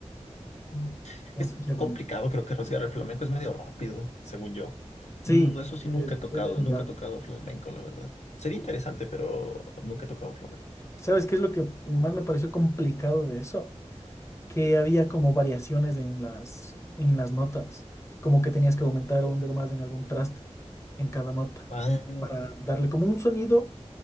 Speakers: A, on the left; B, on the left.
A: Mm.
B: Entonces
A: Es
B: sí aprendí.
A: complicado, creo que rasgar el flamenco es medio rápido, según yo.
B: Sí,
A: Mm, eso sí,
B: es,
A: nunca he tocado,
B: es verdad.
A: nunca he tocado flamenco, la verdad. Sería interesante, pero nunca he tocado flamenco.
B: ¿Sabes qué es lo que más me pareció complicado de eso? Que había como variaciones en las, en las notas, como que tenías que aumentar un dedo más en algún traste, en cada nota,
A: Ah,
B: para darle como un sonido